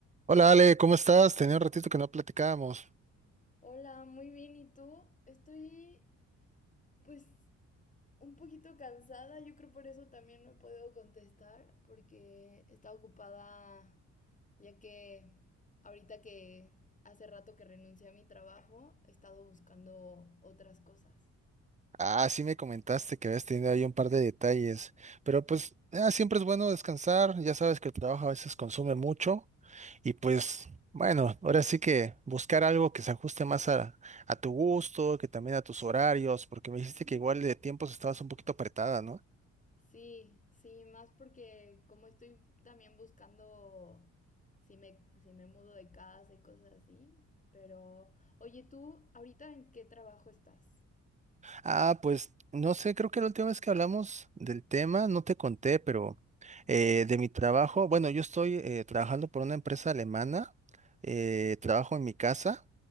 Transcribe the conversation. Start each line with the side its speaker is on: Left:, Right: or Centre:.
Right: Hola Ale, ¿cómo estás? Tenía un ratito que no platicábamos.
Left: Hola, muy bien, ¿y tú? Estoy pues un poquito cansada, yo creo por eso también no puedo contestar, porque está ocupada ya que ahorita que hace rato que renuncié a mi trabajo, he estado buscando otras cosas.
Right: Ah, sí me comentaste que habías tenido ahí un par de detalles, pero pues ah, siempre es bueno descansar, ya sabes que el trabajo a veces consume mucho y pues bueno, ahora sí que buscar algo que se ajuste más a, a tu gusto, que también a tus horarios, porque me dijiste que igual de tiempos estabas un poquito apretada, ¿no?
Left: Sí, sí, más porque como estoy también buscando si me, si me mudo de casa y cosas así, pero oye, ¿tú ahorita en qué trabajo estás?
Right: Ah, pues no sé, creo que la última vez que hablamos del tema, no te conté, pero eh, de mi trabajo, bueno, yo estoy eh, trabajando por una empresa alemana, eh, trabajo en mi casa